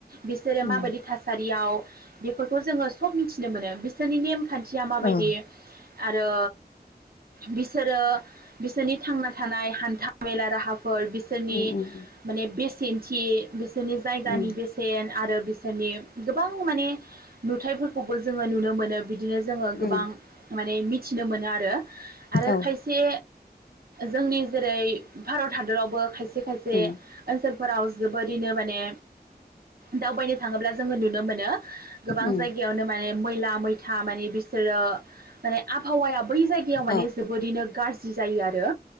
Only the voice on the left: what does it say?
उम
औ
उम उम
उम
उम
औ
उम
उम
औ